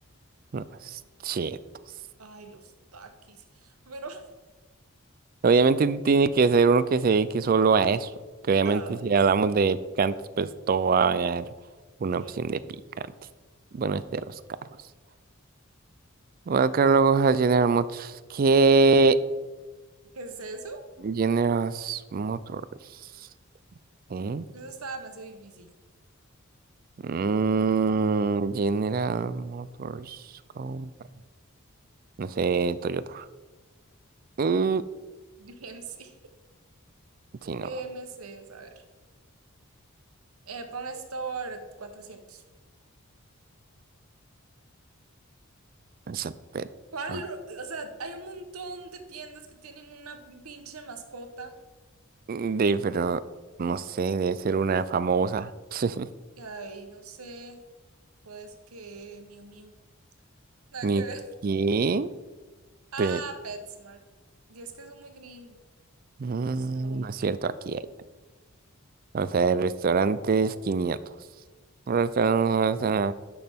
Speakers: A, on the right; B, on the right.
A: No, es chetos.
B: Ay, los takis. Pero,
A: Obviamente tiene que ser uno que se dedique solo a eso. Que obviamente
B: <laughs> ay,
A: si hablamos
B: sí,
A: de picantes, pues todo va a haber una
B: cierto.
A: opción de picante. Bueno, este de los carros. Voy a buscar luego a General Motors. ¿Qué?
B: ¿Qué es eso?
A: General Motors. ¿Sí?
B: Eso está demasiado difícil.
A: Mm, General Motors Company. No sé, Toyota. Mm,
B: <laughs> Bien, sí.
A: sí, no.
B: GMC, a ver. Eh, pon Store 400.
A: Esa pe-
B: ¿Cuál?
A: ah.
B: O sea, hay un montón de tiendas que tienen una pinche mascota.
A: De, pero no sé, debe ser una famosa. <laughs>
B: Y Ay, no sé. Pues que Miu Miu. Nada
A: ¿Ni
B: que ver.
A: qué?
B: Ah,
A: Pe-
B: PetSmart. Y es que son muy gringos
A: mm,
B: algunos
A: no es cierto,
B: ahí.
A: aquí hay. Vamos a ver, restaurantes 500. Restaurantes, ah,